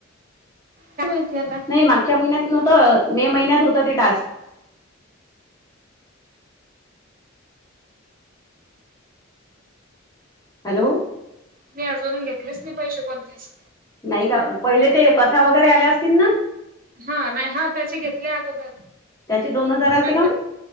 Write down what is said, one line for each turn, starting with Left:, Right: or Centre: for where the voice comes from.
Right: काय मायती आता
Left: नाही मागच्या महिन्यात नव्हतं मे महिन्यात होतं ते टास्क. हॅलो.
Right: मी अजून घेतलेच नाही पैसे कोणतीच.
Left: नाही का पहिले ते कथा वगैरे आल्या असतील ना.
Right: हा नाही हा त्याचे घेतले अगोदर
Left: त्याचे दोन हजार आलते
Right: नंतर
Left: का